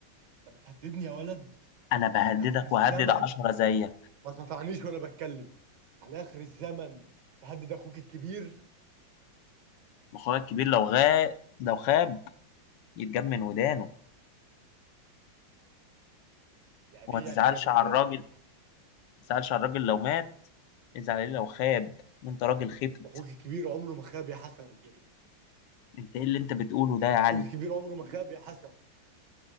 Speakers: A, on the right (about 65°); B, on the left (about 70°).
A: انت بتهددني يا ولد
B: انا بهددك
A: على اخر الزمن
B: وهدد عشرة زيك
A: ما تقطعنيش وانا بتكلم على اخر الزمن تهدد اخوك الكبير
B: واخويا الكبير لو غاب لو خاب يتجاب من ودانه
A: يعني
B: وما
A: ايه
B: تزعلش
A: يعني تجاب من
B: على
A: ودانه
B: الراجل ما تزعلش على الراجل لو مات ازعل عليه لو خاب انت راجل خبت
A: اخوك الكبير عمره ما خاب يا حسن
B: انت ايه اللي انت بتقوله ده يا علي
A: اخوك الكبير عمره ما خاب يا حسن